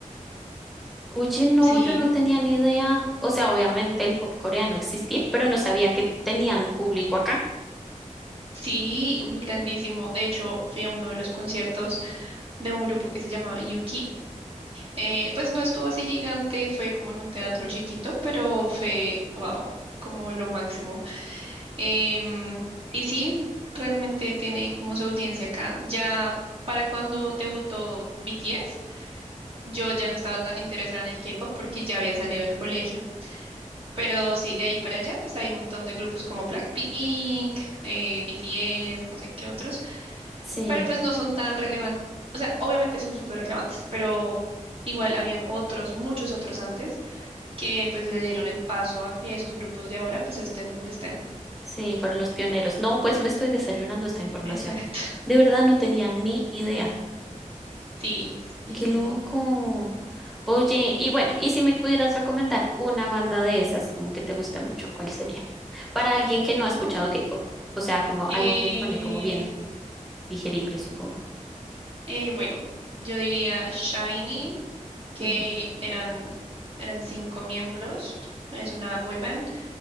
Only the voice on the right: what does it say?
Sí,
sí, uy, grandísimo. De hecho, fui a uno de los conciertos de un grupo que se llama u Eh, pues no estuvo así gigante, fue como en un teatro chiquito, pero fue, wow, como lo máximo. Em, y sí, realmente tiene como su audiencia acá. Ya para cuando debutó BTS, yo ya no estaba tan interesada en el K-pop porque ya había salido del colegio. Pero sí, de ahí para allá, pues hay un montón de grupos como Blackpink, eh, BTS, no sé qué otros,
pero pues no son tan relevantes. O sea, obviamente son súper relevantes, pero igual habían otros, muchos otros antes, que pues le dieron el paso a que esos grupos de ahora pues estén donde estén.
Exacto. <laughs>
Sí, sí,
sí,
sí.
No.
Eh,
eh, bueno, yo diría Shiny, que
eran, eran cinco miembros, es una boy band,